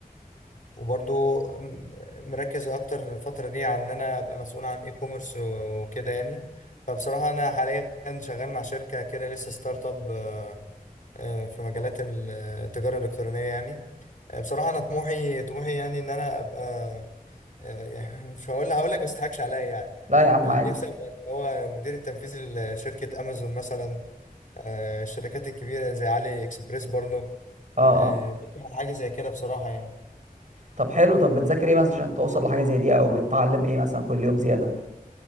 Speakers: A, on the left; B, on the right.
A: وبرضو م- مركز اكتر الفتره دي على ان انا ابقى مسؤول عن اي كوميرس وكده يعني فبصراحه انا حاليا شغال مع شركه كده لسه ستارت اب آه، آه، في مجالات التجاره الالكترونيه يعني آه، بصراحه انا طموحي طموحي يعني ان انا ابقى يعني مش هقول هقول لك بس تضحكش عليا يعني
B: لا يا عم
A: يعني
B: عادي
A: نفسي ابقى اللي هو مدير التنفيذي لشركة امازون مثلا آه، الشركات الكبيرة زي علي اكسبريس برضو
B: اه
A: آه،
B: اه
A: بطمح على حاجة زي كده بصراحة يعني
B: طب حلو طب بتذاكر ايه مثلا عشان توصل لحاجه زي دي او بتتعلم ايه مثلا كل يوم زياده